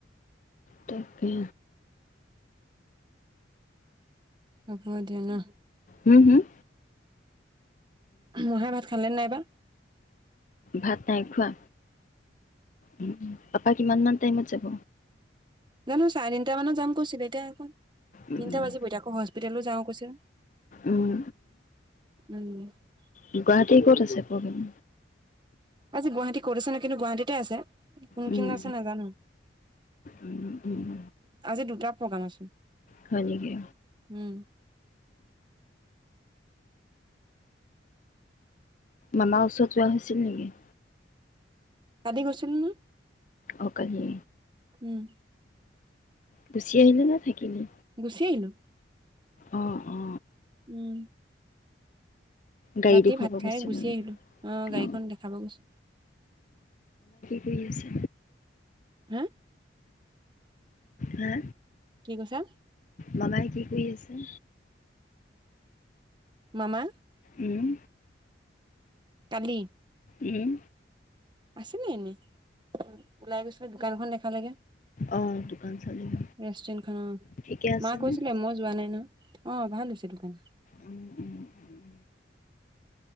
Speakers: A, on the left; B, on the right.
A: তাকে
B: হব দিয়া নহ
A: উম হোম
B: উমহ মহাই ভাত খালে নাইবা
A: ভাত নাই খোৱা উম উম বাকী কিমান মান টাইমত যাব
B: মো চাৰে তিনটা মানত যাম কৈছিলে এতিয়া দেখোন
A: উম
B: তিনটা বাজি বৈ এতিয়া আকৌ হস্পিটেলো যাওঁ কৈছে
A: উম
B: উম
A: গুৱাহাটী ক'ত আছে প্ৰগেম
B: আজি গুৱাহাটী ক'ত আছে কিন্তু গুৱাহাটীতে আছে কোন
A: উম
B: খিনিত আছে নেজানো
A: উম উম
B: আজি দুটা প্ৰগ্ৰাম আছে
A: হয় নেকি
B: উম
A: মামাৰ ওচৰত যোৱা হৈছে ছিল নেকি
B: কালি গৈছিলো নহয়
A: অ কালি
B: উম
A: গুচি আহিলে নে থাকিলি
B: গুচি আহিলো
A: অ অ অ
B: উম
A: গাড়ী
B: ৰাতি
A: দেখুৱাব
B: ভাত খাই
A: গৈছিলে
B: গুচি
A: মানে
B: আহিলোঁ আহ গাড়ীখন
A: অ
B: দেখাব গৈছো
A: হৈ আছে
B: হে
A: হা
B: কি কৈছা
A: মামাই কি কৰি আছে
B: মামা
A: উম
B: কালি
A: উম
B: আছে নু এনেই ওলাই গৈছিলে দোকানখন দেখা লাগে
A: অ', দোকান চলিব।
B: ৰেষ্টুৰেন্ট খন অ
A: ঠিকে আছেনে?
B: মা কৈছিলে মই যোৱা নাই ন অ ভাল হৈছে দোকান
A: উম উম উম,